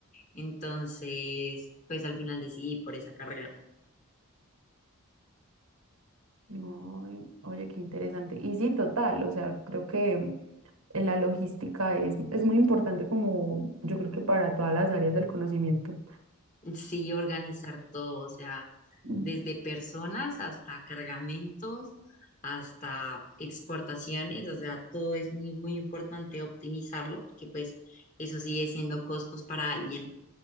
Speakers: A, on the left; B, on the right.
A: Entonces, pues al final decidí por esa carrera.
B: Ay, oye, qué interesante. Y sí, total, o sea, creo que eh, la logística es, es muy importante como yo creo que para todas las áreas del conocimiento.
A: Sí, organizar todo, o sea,
B: Mm,
A: desde personas hasta cargamentos, hasta exportaciones, o sea, todo es muy, muy importante optimizarlo, porque pues eso sigue siendo costos para alguien.